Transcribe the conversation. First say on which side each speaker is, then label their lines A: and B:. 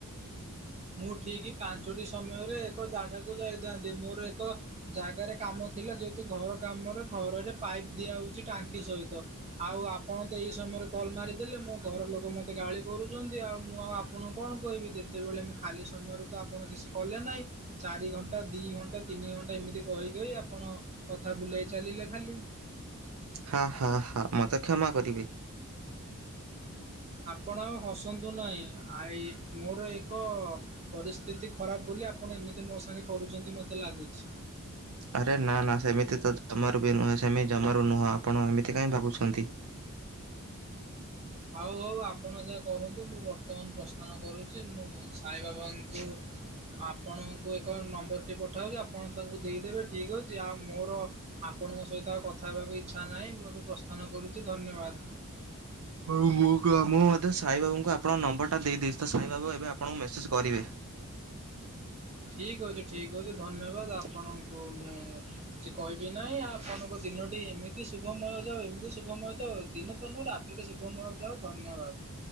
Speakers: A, on the right; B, on the right.
A: ମୁଁ ଠିକ ପାଞ୍ଚଟି ସମୟରେ ଏକ ଜାଗାକୁ ଯାଇଥାନ୍ତି ମୋର ଏକ ଜାଗାରେ କାମ ଥିଲା ଯେହେତୁ ଘର କାମରେ ଘରରେ ପାଇପ ଦିଆ ହଉଛି ଟାଙ୍କି ସହିତ। ଆଉ ଆପଣ ତ ଏଇ ସମୟରେ କଲ୍ ମାରିଦେଲେ ମୋ ଘର ଲୋକ ମତେ ଗାଳି କରୁଛନ୍ତି ଆଉ ମୁଁ ଆଉ ଆପଣ କଣ କହିବି ଯେତେବେଳେ ମୁଁ ଖାଲି ସମୟରେ ତ ଆପଣ କିଛି କଲେ ନାହିଁ। ଚାରି ଘଣ୍ଟା ଦି ଘଣ୍ଟା ତିନି ଘଣ୍ଟା ଏମିତି କହିକଇ ଆପଣ କଥା ବୁଲାଇ ଚାଲିଲେ ଖାଲି।
B: ହାଁ ହଁ ହଁ ମତେ କ୍ଷମା କରିବେ।
A: ଆପଣ ଆଉ ହସନ୍ତୁ ନାହିଁ ଆଇ ମୋର ଏକ ପରିସ୍ଥିତି ଖରାପ ବୋଲି ଆପଣ ଏମିତି ମୋ ସାଙ୍ଗେ କରୁଛନ୍ତି ମତେ ଲାଗୁଛି।
B: ଆରେ ନା ନା ସେମିତି ତ ଜମାରୁ ବି ନୁହେଁ ସେମିତି ଜମାରୁ ନୁହଁ ଆପଣ ଏମିତି କାଇଁ ଭାବୁଛନ୍ତି?
A: ହଉ ହଉ ଆପଣ ଯାହା କରନ୍ତୁ ମୁଁ ବର୍ତ୍ତମାନ ପ୍ରସ୍ଥାନ କରୁଛି ମୁଁ ସାଇବାବାଙ୍କୁ ଆପଣଙ୍କୁ ଏକ ନମ୍ବରଟି ପଠାଉଛି ଆପଣ ତାଙ୍କୁ ଦେଇଦେବେ ଠିକ୍ ଅଛି ଆଉ ମୋର ଆପଣଙ୍କ ସହିତ ଆଉ କଥା ହେବାକୁ ଇଚ୍ଛା ନାହିଁ ମୁଁ ଏବେ ପ୍ରସ୍ଥାନ କରୁଛି ଧନ୍ୟବାଦ।
B: ହଉ କ ମୁଁ ମୁଁ ମଧ୍ୟ ସାଇବାବୁଙ୍କୁ ଆପଣଙ୍କ ନମ୍ବର ଟା ଦେଇଦେଇଛି ତ ସାଇବାବୁ ଏବେ ଆପଣଙ୍କୁ ମେସେଜ କରିବେ।
A: ଠିକ ଅଛି ଠିକ ଅଛି ଧନ୍ୟବାଦ ଆପଣଙ୍କୁ ମୁଁ କିଛି କହିବି ନାହିଁ ଆପଣଙ୍କ ଦିନଟି ଏମିତି ଶୁଭମୟ ଯାଉ ଏମିତି ଶୁଭମୟ ଯାଉ ଦିନ ତ ନୁହ ରା ତୋଟେ ଶୁଭମୟ ଯାଅ ଧନ୍ୟବାଦ।